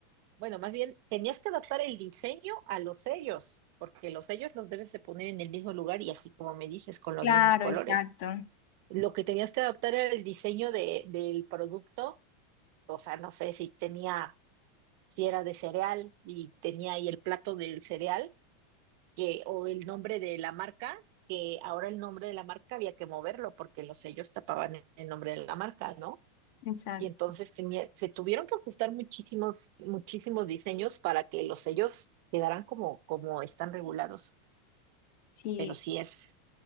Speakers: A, on the right; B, on the left.
A: Bueno, más bien tenías que adaptar el diseño a los sellos, porque los sellos los debes de poner en el mismo lugar y así como me dices, con los
B: Claro,
A: mismos colores.
B: exacto,
A: Lo que tenías que adaptar era el diseño de, del producto, o sea, no sé si tenía, si era de cereal y tenía ahí el plato del cereal, que, o el nombre de la marca, que ahora el nombre de la marca había que moverlo porque los sellos tapaban el nombre de la marca, ¿no?
B: exacto.
A: y entonces tenía, se tuvieron que ajustar muchísimos, muchísimos diseños para que los sellos quedaran como, como están regulados.
B: Sí.
A: Pero sí es,